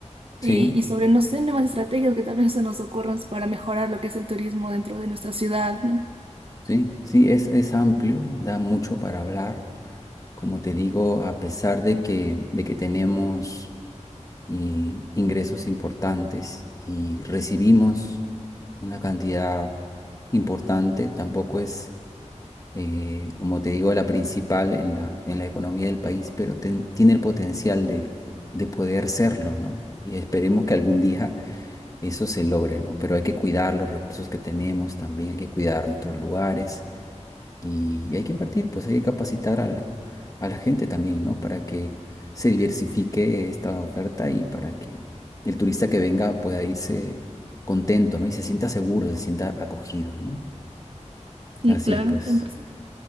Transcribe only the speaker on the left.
sí,
sí, sí, es, es amplio, da mucho para hablar. Como te digo, a pesar de que, de que tenemos eh, ingresos importantes y recibimos una cantidad importante, tampoco es eh, como te digo, la principal en la, en la economía del país, pero ten- tiene el potencial de, de poder serlo, ¿no? Y esperemos que algún día eso se logre, ¿no? Pero hay que cuidar los recursos que tenemos, también hay que cuidar nuestros lugares y hay que invertir, pues hay que capacitar a la, a la gente también, ¿no? Para que se diversifique esta oferta y para que el turista que venga pueda irse contento, ¿no? Y se sienta seguro, se sienta acogido, ¿no?
Así
es, pues,